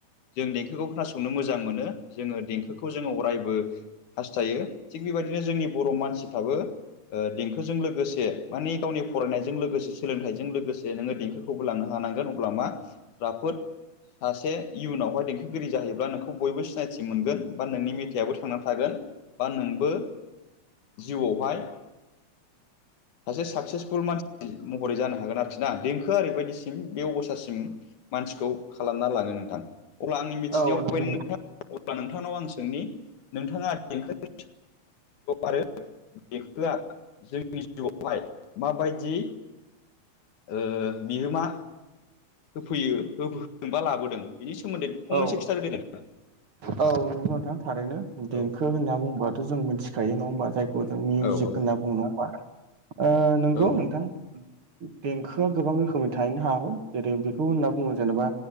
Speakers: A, on the left; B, on the right.
A: जों देंखोखौ खोनासंनो मोजां मोनो जोंङो देंखोखौ जोंङो अरायबो हास्थायो थिग बेबायदिनो जोंनि बर' मानसिफ्राबो देंखोजों लोगोसे मानि गावनि फरायनायजों लोगोसे सोलोंथाइजों लोगोसे नोङो देंखोखौबो लांनो हानांगोन अब्ला मा राफोद सासे इयुनावहाय देंखोगिरि जाहैब्ला नोंखौ बयबो सिनायथि मोनगोन बा नोंनि मेथाइयाबो थांनानै थागोन बा नोंबो जिउआवहाय सासे साक्सेसफुल मानसि महरै जानो हागोन आरोखि ना देंखोआ ओरैबायदिसिम बे अबस्था सिम मानसिखौ खालामना लाङो नोंथां अब्ला आंनि मिथिनायाव
B: औ नंगौ
A: नोंथां अब्ला नोंथांनाव आं सोंनि नोंथाङा देंखौनि आरो देंखौआ जोंनि जिउआवहाय माबायदि ओ बिहोमा होफैयो होफैदोंबा लाबोदों बिनि सोमोन्दै फंनैसो
B: औ
A: खिथाना होदो
B: औ नंगौ नोंथां थारैनो देंखो
A: औ
B: होनना बुंङोबाथ' जों मिथिखायो नङा होनोमबा जाय खौ जों मिउजिक
A: औ औ
B: होनना बुङो नङा होमबा नंगौ
A: औ
B: नोंथां देंखोआ गोबां रोखोमनि थाहैनो हागौ जेरै बेखौ होनना बुङो जेनेबा